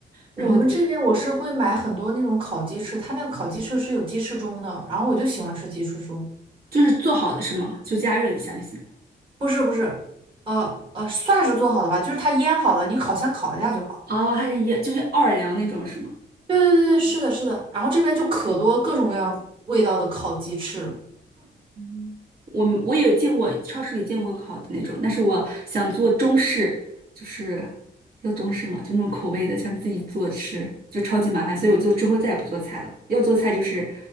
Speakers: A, on the right; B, on the right.
A: 然后就
B: 我们这边我是会买很多那种烤鸡翅，它那个烤鸡翅是有鸡翅中的，然后我就喜欢吃鸡翅中。
A: 就是做好的是吗？就加热一下就行了。
B: 不是不是，呃呃，算是做好的吧，就是它腌好了，你烤箱烤一下就好了。
A: 哦，它是一就是奥尔良那种是吗？
B: 对对对对，是的，是的。然后这边就可多各种各样味道的烤鸡翅了
A: 嗯我我也见过超市里见过烤的那种，但是我想做中式，就是要中式嘛，就那种口味的，想自己做吃，就超级麻烦，所以我就之后再也不做菜了。要做菜就是